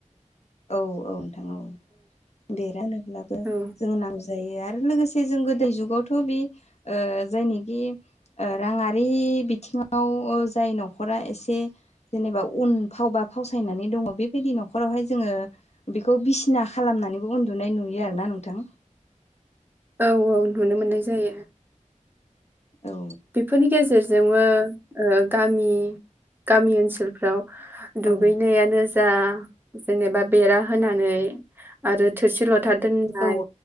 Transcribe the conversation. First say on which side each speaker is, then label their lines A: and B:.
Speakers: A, on the left (about 55°); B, on the right (about 15°).
A: औ औ नोंथां औ बेरा होनोब्लाबो
B: औ
A: जों नांगौ जायो आरो लोगोसे जों गोदो जुगावथ' बे ओ जायनिखि ओ राङारि बिथिङाव जाय न'खरा एसे जेनेबा उन फाव बा फावसायनानै दङ बेबायदि न'खरावहाय जोङो बेखौ बिसिना खालामनानैबो उनदुनाय नुयो आरोना नोंथां।
B: औ औ नुनो मोननाय जायो।
A: औ।
B: बिफोरनि गेजेरजोंबो ओ गामि गामि ओनसोलफ्राव दुगैनायानो
A: औ
B: जा जेनेबा बेरा होनानै आरो थोरसि लथ था दोननाय
A: औ